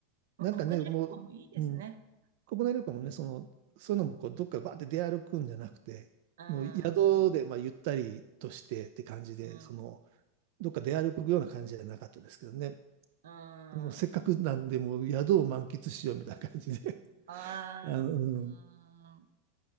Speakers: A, on the right (about 80°); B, on the right (about 60°).
A: まあ、
B: なんかね、
A: 国内旅行もいいですね。
B: もう、うん。国内旅行もね、その、そういうのもこうどっかバーって出歩くんじゃなくて、
A: うん。
B: もう宿でまあゆったりとしてって感じで、
A: うん。
B: その、どっか出歩くような感じじゃなかったですけどね。
A: うん。あ
B: もうせっかくなんで、もう宿を満喫しようみたいな感じで。<laughs>
A: あ。
B: あの、うん。
A: うん